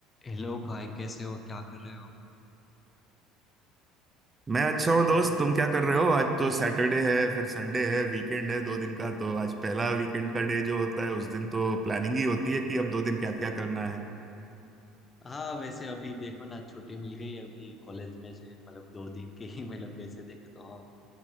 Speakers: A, on the left; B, on the right.
A: Hello भाई कैसे हो क्या कर रहे हो
B: मैं अच्छा हूँ दोस्त तुम क्या कर रहे हो आज तो सैटरडे है फिर संडे है वीकेंड है दो दिन का तो आज पहला वीकेंड का डे जो होता है उस दिन तो प्लानिंग ही होती
A: हाँ
B: है कि अब दो दिन क्या क्या करना है
A: हाँ, वैसे अभी देखो ना छुट्टी मिल गई अभी कॉलेज में से मतलब दो दिन की ही मतलब वैसे देखे तो हाँ